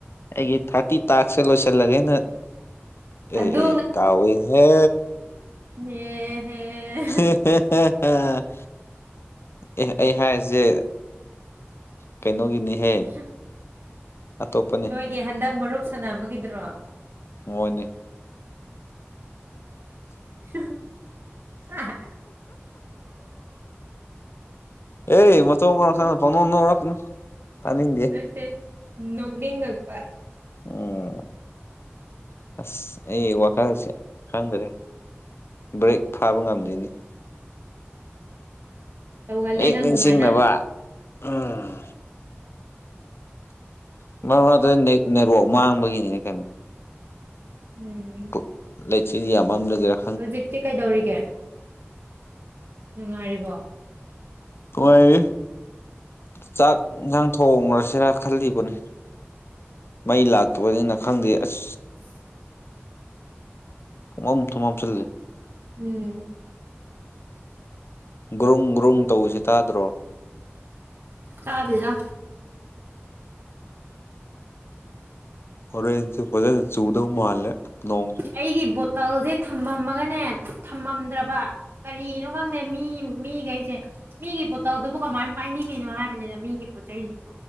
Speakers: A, on the left; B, on the right.
A: ꯑꯩꯒꯤ ꯊꯥꯔꯇꯤ ꯇꯥꯛꯁ ꯁꯦ ꯂꯣꯏꯁꯤꯜꯂꯒꯦꯅ
B: ꯑꯗꯨ
A: ꯑꯦ ꯑꯦ ꯀꯥꯎꯋꯤꯍꯦ
B: ꯍꯦ ꯍꯦ
A: ꯍꯦ ꯍꯦ ꯍꯦ ꯍꯦ ꯑꯦ ꯑꯩ ꯍꯥꯏꯔꯤꯖꯦ ꯀꯩꯅꯣꯒꯤꯅꯤꯍꯦ
B: <unintelligible>
A: ꯑꯇꯣꯞꯄꯅꯤ
B: ꯒꯤ ꯍꯟꯗꯛ ꯃꯔꯨꯞ ꯁꯥꯟꯅꯕꯒꯤꯗ꯭ꯔꯣ
A: ꯃꯣꯏꯅꯦ
B: <unintelligible>
A: ꯑꯦ ꯃꯊꯣꯡ ꯃꯔꯝ ꯈꯪꯗꯅ ꯄꯪꯅꯣꯛ ꯅꯣꯛꯔꯛꯀꯅꯨ ꯇꯥꯅꯤꯡꯗꯦ
B: ꯅꯠꯇꯦ ꯅꯣꯛꯅꯤꯡꯉꯛꯄ
A: ꯑꯣ ꯑꯁ ꯑꯩ ꯋꯥꯈꯜꯁꯦ ꯈꯪꯗꯔꯦ ꯕ꯭ꯔꯦꯛ ꯐꯥꯕ ꯉꯝꯗꯦꯅꯦ
B: ꯇꯧꯒꯜꯂꯦ
A: ꯍꯦꯛ
B: ꯅꯪ
A: ꯅꯤꯡꯁꯤꯡꯅꯕ
B: ꯑꯗꯨꯃꯥꯏꯅ
A: ꯎꯝ <unintelligible> ꯅꯦꯠ ꯅꯦꯠꯋꯥꯛ ꯃꯥꯡꯕꯒꯤꯅꯤꯅꯦ ꯀꯩꯅꯣ
B: ꯎꯝ
A: ꯄꯨꯛ ꯂꯩꯆꯤꯜꯗꯤ ꯌꯥꯝ ꯃꯝꯗꯒꯦꯔꯥ
B: ꯍꯧꯖꯤꯛꯇꯤ ꯀꯩꯗꯧꯔꯤꯒꯦ ꯅꯨꯡꯉꯥꯏꯔꯤꯕꯣ
A: ꯅꯨꯡꯉꯥꯏꯔꯤ ꯆꯥꯛ ꯏꯟꯖꯥꯡ ꯊꯣꯡꯉꯨꯔꯁꯤꯔ ꯈꯜꯂꯤꯕꯅꯤ ꯃꯩ ꯂꯥꯛꯇꯕꯅꯤꯅ ꯈꯪꯗꯦ ꯑꯁ
B: <inaudible>
A: ꯊꯨꯃꯝ ꯊꯨꯃꯝ ꯆꯜꯂꯦ
B: ꯎꯝ
A: ꯒ꯭ꯔꯨꯡ ꯒ꯭ꯔꯨꯡ ꯇꯧꯏꯁꯤ ꯇꯥꯗ꯭ꯔꯣ
B: ꯇꯥꯗꯦꯗ
A: ꯍꯣꯔꯦꯟꯁꯦ ꯐꯖꯅ ꯆꯨꯗꯧ ꯃꯥꯜꯂꯦ ꯅꯣꯡꯖꯨ
B: ꯑꯩꯒꯤ ꯕꯣꯇꯜꯖꯦ ꯊꯝꯃꯝꯃꯒꯅꯦ ꯊꯝꯃꯝꯗ꯭ꯔꯕ ꯀꯔꯤꯅꯣ ꯈꯪꯗꯦ ꯃꯤ ꯃꯤꯒꯩꯖꯦ ꯃꯤꯒꯤ ꯕꯣꯇꯜꯗꯨꯕꯨ ꯀꯃꯥꯏꯟ ꯄꯥꯏꯅꯤꯡꯉꯤꯅꯣ ꯍꯥꯏꯕꯅꯤꯅ ꯃꯤꯒꯤ ꯄꯣꯠ ꯆꯩꯁꯤꯕꯨ